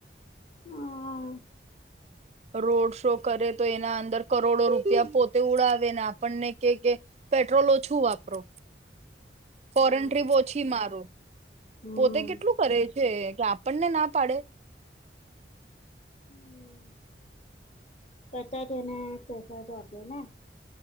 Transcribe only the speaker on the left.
હા.
હમ
હમ
હમ, પતા તેને પેસા જ આપે ને.